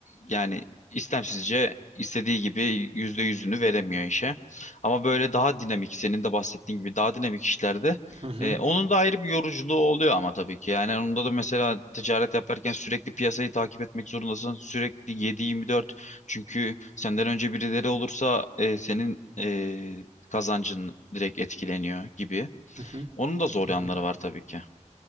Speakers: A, on the left (about 70°); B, on the right (about 45°).
A: yani istemsizce istediği gibi yüzde yüzünü veremiyor işe. Ama böyle daha dinamik senin de bahsettiğin gibi daha dinamik işlerde
B: Hı hı,
A: e, onun da ayrı bir yoruculuğu oluyor ama tabii ki. Yani onda da mesela ticaret yaparken sürekli piyasayı takip etmek zorundasın. Sürekli 7-24 çünkü senden önce birileri olursa e, senin e, kazancın direkt etkileniyor gibi.
B: hı hı,
A: Onun da zor
B: hı
A: yanları
B: hı.
A: var tabii ki.